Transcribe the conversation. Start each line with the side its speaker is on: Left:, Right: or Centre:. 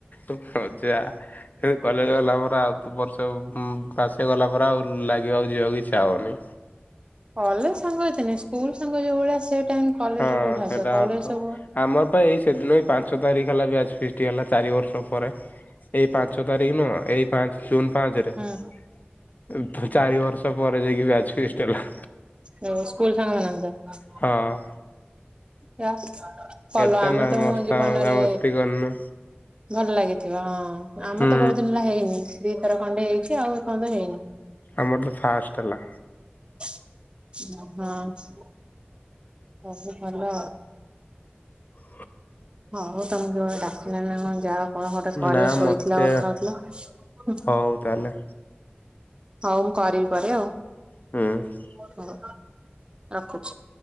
Left: ଓ ମଜା ହେଲେ କଲେଜ ଗଲାପରେ ଆଉ ତୁ ବର୍ଷ ଉଁ ପାସ ସେ ଗଲା ପରେ ଆଉ ଲାଗିବ ଆଉ ଯିବାକୁ ଇଚ୍ଛା ହବନେଇ।
Right: କଲେଜ ସାଙ୍ଗ ଏତେ ନାହିଁ ସ୍କୁଲ ସାଙ୍ଗ ଯୋଉଭଳିଆ ସେ ଟାଇମ କଲେଜରେ
Left: ହଁ
Right: କୋଉଠୁ
Left: ସେଇଟା
Right: ଆସିବ କଲେଜ
Left: ସତ
Right: ସବୁ ହୁଁ
Left: ଆମର ତ ଏଇ ସେଦିନ ଏଇ ପାଞ୍ଚ ତାରିଖ ହେଲା ବ୍ୟାଚ ଫିଷ୍ଟ୍ ହେଲା ଚାରିବର୍ଷ ପରେ ଏଇ ପାଞ୍ଚ ତାରିଖ ନୁହଁ ଏଇ ପାଞ୍ଚ ଜୁନ୍ ପାଞ୍ଚରେ
Right: ହୁଁ
Left: ଏ-ଫ୍-ଚାରିବର୍ଷ ପରେ ଯାଇକି ବ୍ୟାଚ୍ ଫିଷ୍ଟ୍ ହେଲା।
Right: ଯୋଉ ସ୍କୁଲ ସାଙ୍ଗ ମାନଙ୍କ ସହିତ
Left: ହଁ।
Right: ବ୍ୟା କଲ
Left: ଏତେ
Right: ଆମେ
Left: ନା
Right: ତ
Left: ମସ୍ତା
Right: ମୋ ଜୀବନରେ
Left: ମଜାମସ୍ତି କରିନୁ
Right: ଭଲ ଲାଗିଥିବ ହଁ ଆମର
Left: ହୁଁ
Right: ତ ବୋହୁତ ଦିନ ହେଲା ହେଇନି ଦିଥର ଖଣ୍ଡେ ହେଇଚି ଆଉ ଏ ପର୍ଯ୍ୟନ୍ତ ହେଇନି।
Left: ଆମର ତ ଫାଷ୍ଟ ହେଲା।
Right: ଅହଁ। ସବୁ ଭଲ?
Left: ହଁ ।
Right: ହୋଉ ତମକୁ କିଏ ଗୋଟେ ଡାକିଲାଣି ନା କଣ ଯାଅ କଣ ଗୋଟେ କରିବ
Left: ନା
Right: ଶୋଇଥିଲ
Left: ମତେ
Right: କଥା ହୋଉଥିଲ। ହୁଁ।
Left: ହଉ ତାହେଲେ
Right: ହୋଉ ମୁଁ କରିବି ପରେ ଆଉ
Left: ହୁଁ।
Right: ହୋଉ ରଖୁଚି।